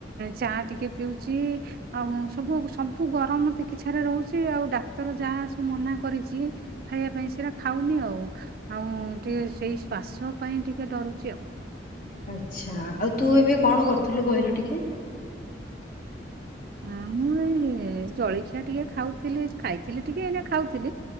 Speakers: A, on the right; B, on the left.
A: ଚା ଟିକେ ପିଉଛି ଆଉ ସବୁ ସବୁ ଗରମ ଚିକିସ୍ଚା ରେ ରହୁଛି ଆଉ ଡାକ୍ତର ଯାହା ସବୁ ମନା କରିଛି ଖାଇବା ପାଇଁ ସେଇଟା ଖାଉନି ଆଉ। ଆଉ ଟିକେ ସେଇ ଶ୍ଵାସ ପାଇଁ ଟିକେ ଡରୁଛି ଆଉ।
B: ଆଚ୍ଛା! ଆଉ ତୁ ଏବେ କଣ କରୁଥିଲୁ କହିଲୁ ଟିକେ?
A: ହ ମୁଁ ଏଇ ଜଳଖିଆ ଟିକେ ଖାଉଥିଲି ଖାଇଥିଲି ଟିକେ ଏଇନା ଖାଉଥିଲି